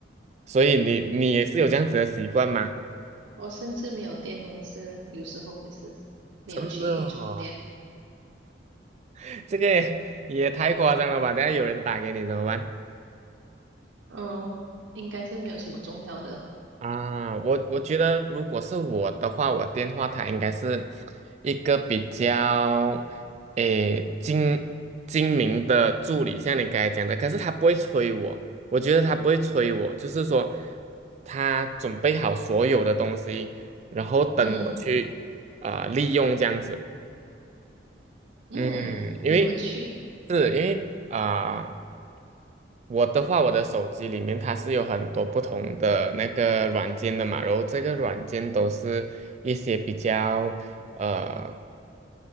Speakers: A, on the right; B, on the right.
A: 所以你你也是有这样子的习惯吗？
B: 我甚至没有电，我也是有时候也是没有去充电。
A: 真的哦 <laughs> 这个也也太夸张了吧！等下有人打给你怎么办？
B: 嗯，应该是没有什么重要的。
A: 啊，我我觉得如果是我的话，我电话它应该是一个比较诶精精明的助理，像你刚才讲的，可是他不会催我，我觉得他不会催我，就是说他准备好所有的东西，然后等我去啊、
B: 嗯
A: 呃利用这样子。
B: 嗯，
A: 嗯，因为
B: 有趣
A: 是因为啊。我的话，我的手机里面它是有很多不同的那个软件的嘛，然后这个软件都是一些比较呃